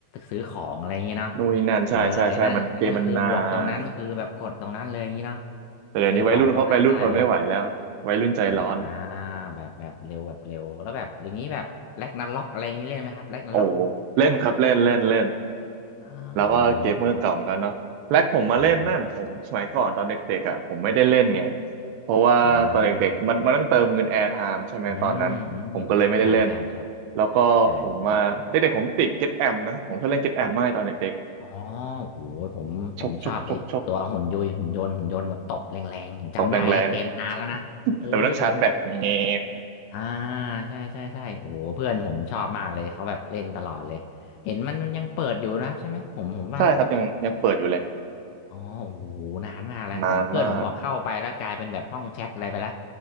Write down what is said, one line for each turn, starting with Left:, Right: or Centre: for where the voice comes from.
Left: ซื้อของอะไรอย่างเงี้ยเนาะ
Right: นู่นนี่นั่นใช่ใช่ใช่มันเกมมันนาน
Left: เออไอ้นั่นไอ้นั่นคือบวกตรงนั้นคือแบบกดตรงนั้นเลยอย่างงี้เนาะ
Right: แต่เดี๋ยวนี้วัยรุ่นเขาวัยรุ่นทนไม่ไหวแล้ววัยรุ่นใจร้อน
Left: ซื้อของตรงนั้นได้เลยอ่าแบบแบบเร็วแบบเร็วแล้วแบบอย่างนี้แบบแร็กนาร็อกอะไรอย่างนี้เล่นไหมครับแร็กนาร็อก
Right: โอ้เล่นครับเล่นเล่นเล่น
Left: อ่า
Right: แล้วก็เกมเมอร์เก่าเหมือนกันเนาะแล็กผมมาเล่นนั่นผมสมัยก่อนตอนเด็กๆอ่ะผมไม่ได้เล่นไง
Left: ผมอ่า
Right: เพราะว่าตอนเด็กๆมันมันต้องเติมเงินแอร์ไทม์ใช่ไหมตอนนั้นผมก็เลยไม่ได้เล่น
Left: อ่าอืมอืมใช่ใช่ใช่
Right: แล้วก็ผมมาเด็กๆผมติดเก็ตแอมนะผมชอบเล่นเก็ตแอมมากตอนเด็ก
Left: ใช่ใช่อ๋อโหผมผมชอบไอ้ตัวหุ่นยุยหุ่นยนต์หุ่นยนต์แบบตบแรงๆผมจำได้นะเกมนานแล้วนะเอ้ยโอ้โ
Right: ๆชกชกชกชกตบแรงๆแต่มันต้องชาร์จแบตเงี้ย
Left: หอ่าใช่ใช่ใช่โอ้โหเพื่อนผมชอบมากเลยเขาแบบเล่นตลอดเลย เห็นมันยังเปิดอยู่นะครับใช่ไหมผมผมว่า
Right: ใช่ครับยังยังเปิดอยู่เลย
Left: อ๋อโอ้โหนานมากแล้วแต่เพื่อนผมบอกเข้าไปแล้วกลายเป็นแบบห้องแชทอะไรไปแล้ว
Right: นานมาก